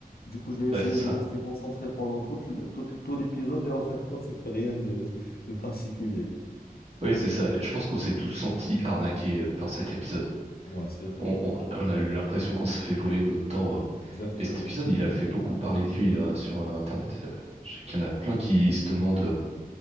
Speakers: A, on the left; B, on the right.
A: Du coup, j'ai essayé
B: Ouais, c'est
A: de
B: ça.
A: rester concentré pendant tout le- tout, tout l'épisode et en fin de compte, c'était rien de, de particulier.
B: Oui, c'est ça. Et Je pense qu'on s'est tous sentis arnaqués euh, par cet épisode.
A: Ouais, c'est vrai.
B: On, on- on a eu l'impression qu'on s'est fait voler notre temps. euh.
A: Exactement.
B: Et cet épisode, il a fait beaucoup parler de lui euh, sur euh, Internet. Euh, Je sais qu'il y en a plein qui se demandent. euh,